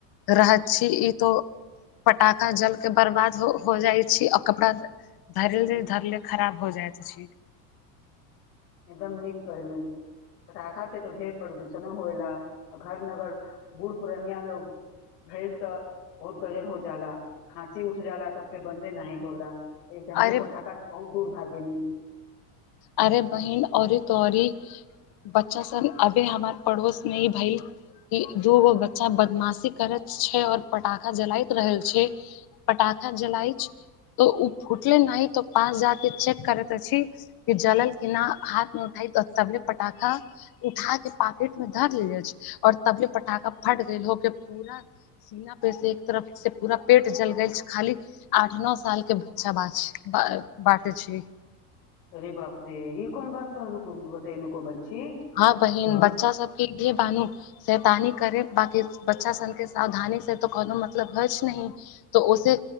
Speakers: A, on the left; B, on the left.
A: रहत छी ई तो पटाखा जल के बर्बाद हो हो जाइ छै और कपड़ा त धरले धरले खराब हो जाइत छी
B: एकदम नीक कहलु पटाखा से तो ढेर प्रदूषणो होयला आ घर मे अगर बूढ़ पुरनिया लोक भेल तऽ बहुत गंजन हो जाला खांसी उठ जाला तब फेर बन्दे नहि होला एहिसे हमूँ
A: अरे
B: पटाखा से बहुत दूर भागेनि
A: अरे बहिन औरे तोरी बच्चा सन अभी हमर पड़ोसमे ई भइल दुगो बच्चा बदमाशी करैत छै और पटाखा जलाइत रहल छै पटाखा जलाइ छै तऽ उ फुटले नहि तऽ पास जाके चेक करैत अछि कि जलल कि ना हाथ मे उठाई तऽ तबले पटाखा उठा के पाकेट मे धरि ले जाई छै और तबले फटाखा फट गेल ओह के पूरा सीना पे से एक तरफ से पूरा पेट जल गैल छै खाली आठ नौ साल के बच्चा बा छै बाँटे छै
B: अरे बाप रे ई कोन बात कहलू बतैलू कोमल छी
A: हँ बहिन
B: तऽ बहुत
A: बच्चा सबके बानू सैतानी करे बाकि बच्चा सन के सावधानी से तऽ कोनो मतलब होइछ नहि तऽ ओसे